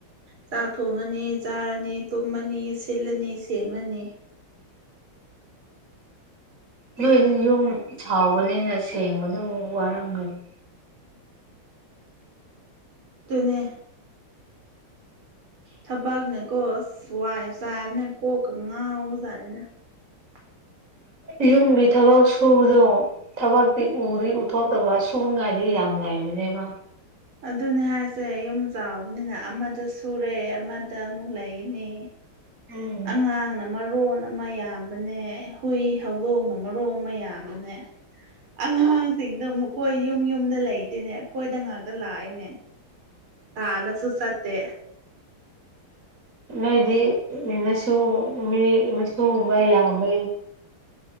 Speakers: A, on the right; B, on the right.
A: ꯆꯥꯛ ꯊꯣꯡꯉꯅꯤ ꯆꯥꯔꯅꯤ ꯇꯨꯝꯃꯅꯤ ꯁꯤꯜꯂꯅꯤ ꯁꯦꯡꯂꯅꯤ
B: ꯅꯣꯏ ꯌꯨꯝ ꯆꯥꯎꯕꯅꯤꯅ ꯁꯦꯡꯕꯗ ꯋꯥꯔꯝꯒꯅꯤ
A: ꯇꯅꯦ ꯊꯕꯛꯅꯦꯀꯣ ꯑꯁ ꯋꯥꯏ ꯆꯥꯏꯕꯅꯦ ꯀꯣꯛꯀ ꯉꯥꯎꯕꯖꯥꯠꯅꯤꯅ ꯍ
B: ꯌꯨꯝꯒꯤ ꯊꯕꯛ ꯁꯨꯕꯗꯣ ꯊꯕꯛꯇꯤ ꯎꯔꯤ ꯎꯠꯊꯣꯛꯇꯕ ꯁꯨꯅꯤꯉꯥꯏꯗꯤ ꯌꯥꯝ ꯂꯩ ꯅꯦꯕ
A: ꯑꯗꯨꯅꯦ ꯍꯥꯏꯁꯦ ꯌꯨꯝ ꯆꯥꯎꯕꯅꯤꯅ ꯑꯃꯗ ꯁꯨꯔꯦ ꯑꯃꯗ ꯑꯃꯨꯛ ꯂꯩꯒꯅꯤ
B: ꯎꯝ
A: ꯑꯉꯥꯡꯅ ꯃꯔꯣꯟ ꯑꯃ ꯌꯥꯝꯕꯅꯦ ꯍꯨꯏ ꯍꯧꯗꯣꯡꯅ ꯑꯃ ꯃꯔꯣ ꯃꯌꯥꯝꯕꯅꯦ ꯑꯉꯥꯡꯁꯤꯡꯗꯣ ꯃꯈꯣꯏ ꯌꯨꯝ ꯌꯨꯝꯗ ꯂꯩ ꯑꯗꯨꯤꯅꯦ ꯑꯩꯈꯣꯏꯗ ꯉꯥꯛꯇ ꯂꯥꯛꯏꯅꯦ ꯇꯥꯜꯂꯁꯨ ꯆꯠꯇꯦ
B: ꯅꯣꯏꯗꯤ ꯃꯆꯨ ꯃꯤ ꯃꯁꯨꯨꯒꯨꯝꯕ ꯌꯥꯝꯕ